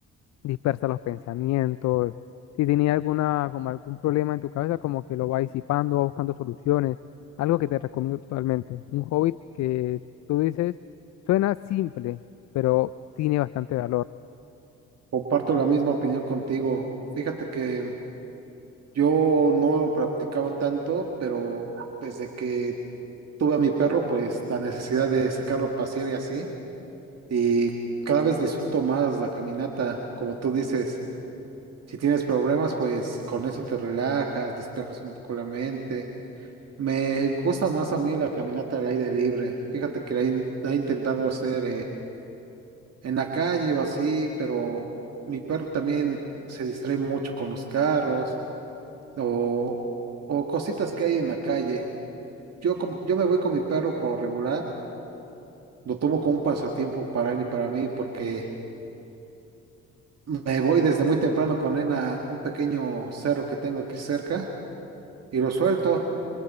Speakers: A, on the left (about 65°); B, on the right (about 55°).
A: dispersa los pensamientos. Si tenía alguna, como algún problema en tu cabeza, como que lo va disipando, va buscando soluciones. Algo que te recomiendo totalmente. Un hobby que tú dices, suena simple, pero tiene bastante valor.
B: Comparto la misma opinión contigo. Fíjate que yo no practicaba tanto, pero desde que tuve a mi perro, pues la necesidad de sacarlo a pasear y así, y cada vez disfruto más la caminata, como tú dices. Si tienes problemas, pues con eso te relajas, despejas un poco la mente. Me gusta más a mí la caminata al aire libre. Fíjate que la he, in- la he intentado hacer en la calle o así, pero mi perro también se distrae mucho con los carros o, o cositas que hay en la calle. Yo, con- yo me voy con mi perro por regular, lo tomo como un pasatiempo para él y para mí porque me voy desde muy temprano con él a un pequeño cerro que tengo aquí cerca y lo suelto